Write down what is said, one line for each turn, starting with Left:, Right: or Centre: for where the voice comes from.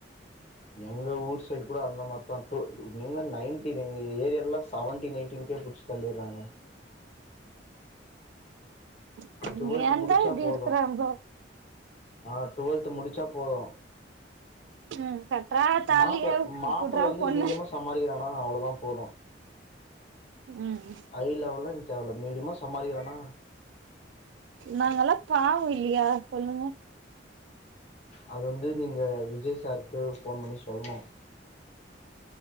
Left: எங்க ஊர் சைடு கூட அந்த மார்தா டூ நீங்க நைன்டின் எங்க ஏரியாலா செவன்டின் எய்டின்கே புட்ச்சு தள்ளிர்றாங்க
Right: இருக்கு
Left: டுவல்த்
Right: ஏந்தா
Left: முடிச்சா
Right: இப்டி
Left: போது
Right: இருக்கறாங்களோ
Left: ஆ டுவெல்த் முடிச்சா போது
Right: ம் கட்றா தாலிய
Left: மாப்ள மாப்ள
Right: உப்புட்றா
Left: வந்து
Right: பொண்ணு
Left: மீடியமா சம்பாரிக்கிறானா அவ்ளதா போது
Right: ம்
Left: ஐ லெவல்லா தேவல்ல மீடியமா சம்பாரிக்கிறானா
Right: நாங்கலா பாவொ இல்லையா சொல்லுங்க
Left: அது வந்து நீங்க விஜய் சாருக்கு ஃபோன் பண்ணி சொல்ணு